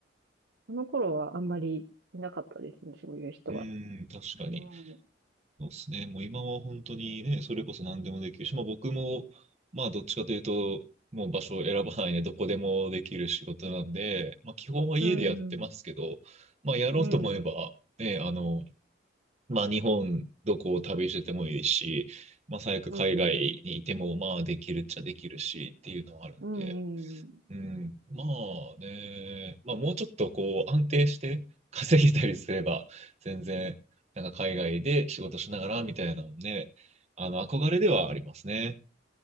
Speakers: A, on the right; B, on the right.
A: その頃はあんまりいなかったですね、そういう人は。
B: うん、確かに。
A: うん。
B: そうですね。もう今は本当にね、それこそ何でもできるし、まあ僕も、まあどっちかというと、もう場所を選ばないでどこでもできる仕事なんで、まあ基本は家でやってますけど、
A: うん。
B: まあやろうと思えば、
A: うん。
B: ね、あの、まあ日本どこを旅しててもいいし、まあ最悪海外にいてもまあできるっちゃできるしっていうのはあるんで、
A: うん。うん。
B: うん、まあね、まあもうちょっとこう安定して稼げたりすれば、全然、なんか海外で仕事しながらみたいなのもね、あの、憧れではありますね。